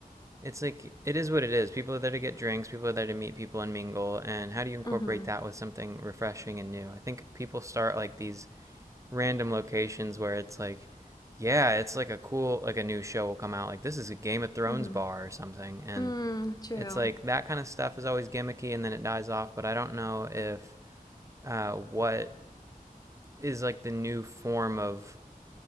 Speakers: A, on the right; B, on the left.
A: it's like it is what it is. People are there to get drinks, people are there to meet people and mingle, and how do you incorporate
B: Mm-hmm.
A: that with something refreshing and new? I think people start like these random locations where it's like yeah, it's like a cool like a new show will come out like this is a Game of Thrones
B: Mm-hmm.
A: bar or something and
B: Mm, true.
A: It's like that kind of stuff is always gimmicky and then it dies off. But I don't know if uh, what is like the new form of